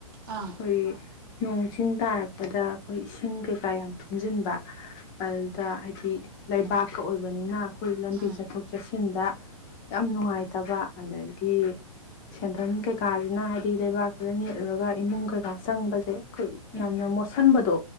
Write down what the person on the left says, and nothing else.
ꯑꯩꯣꯏ ꯅꯣꯡꯁꯤꯡꯤꯡ ꯇꯥꯔꯛꯄꯗ ꯑꯩꯈꯣꯏ ꯏꯁꯤꯡ ꯀꯩꯀꯥ ꯌꯥꯝ ꯊꯨꯝꯖꯤꯟꯕ ꯑꯗꯨꯗ ꯍꯥꯏꯗꯤ ꯂꯩꯕꯥꯛꯀ ꯑꯣꯏꯕꯅꯤꯅ ꯑꯩꯈꯣꯏ ꯂꯝꯕꯤ
ꯆꯠꯊꯣꯛ ꯆꯠꯁꯤ ꯊꯤꯟꯗ ꯌꯥꯝ ꯅꯨꯡꯉꯥꯏꯇꯕ ꯑꯗꯒꯤ ꯁꯦꯟꯊꯪ ꯀꯩꯀꯥꯁꯤꯅ ꯍꯥꯏꯗꯤ ꯂꯩꯕꯥꯛꯁꯤꯗ ꯅꯦꯠꯂꯨꯔꯒ ꯏꯃꯨꯡ ꯀꯩꯀꯥ ꯆꯪꯕꯁꯦ ꯑꯩꯈꯣꯏ
ꯌꯥꯝꯅ ꯃꯣꯠꯁꯤꯟꯕꯗꯣ